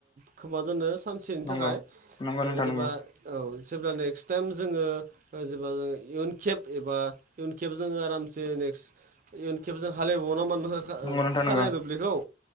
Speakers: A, on the right; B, on the left.
A: खोमा दोनो सानसेनि
B: नंगौ
A: थाखाय
B: नोंथां
A: जेबा
B: नंगौ
A: औ जब्ला नेक्स्ट टाइम जोङो जेा ज इयुन खेब एबा इयुन खेब जोङो आरामसे <unintelligible>
B: नंगौ नोंथां
A: खारानाय
B: नंगौ
A: दुब्लिखौ